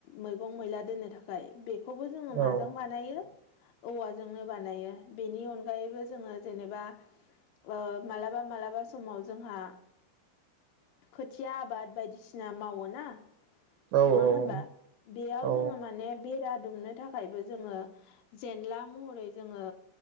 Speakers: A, on the left; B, on the right.
A: मैगं मैला दोननो थाखाय। बेखौबो जोङो माजों
B: औ
A: बानायो औवाजोंनो बानायो। बेनि अनगायैबो जोङो जेनेबा ओ मालाबा मालाबा समाव जोंहा खोथिया आबाद बायदिसिना मावो ना
B: औ
A: नङा
B: औ
A: होनबा। बेयाव
B: औ
A: जोङो माने बेरा दुमनो थाखायबो जोङो जेनला महरै जोङो